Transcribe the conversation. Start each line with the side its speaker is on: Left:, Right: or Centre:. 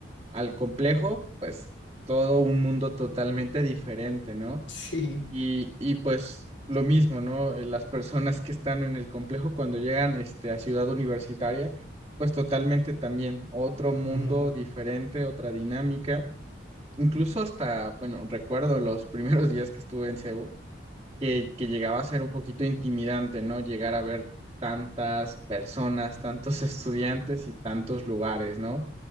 Right: al complejo, pues todo un mundo totalmente diferente, ¿no?
Left: <laughs> Sí.
Right: Y, y pues lo mismo, ¿no? Eh, Las personas que están en el complejo cuando llegan este, a Ciudad Universitaria, pues totalmente también otro mundo
Left: Ujú,
Right: diferente, otra dinámica. Incluso hasta, bueno, recuerdo los <laughs> primeros días que estuve en CEU, que, que llegaba a ser un poquito intimidante, ¿no? Llegar a ver tantas personas, tantos <laughs> estudiantes y tantos lugares, ¿no?